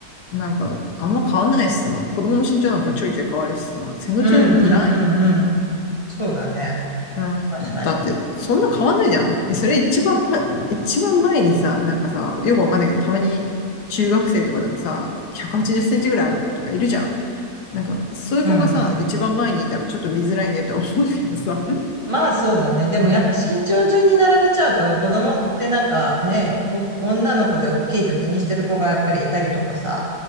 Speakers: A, on the left (about 85°); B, on the right (about 20°).
A: なんかあんま変わんないしさ、子供の身長なんかちょいちょい変わるしさ、背の順いらない。
B: うんうんうんうん。そうだね。
A: うん、
B: 確かに。
A: だって、そんな変わんないじゃん。でそれ一番、一番前にさ、なんかさ、よくわかんないけど、たまに中学生とかでもさ、180センチぐらいある子とかいるじゃん。なんか、そういう子がさ、
B: うん。
A: 一番前にいたらちょっと見づらいねとは思うけどさ、
B: まあそうだね。でもやっぱ身長順に並べちゃうと子供ってなんかね、お女の子で大きいと気にしてる子がやっぱりいたりとかさ、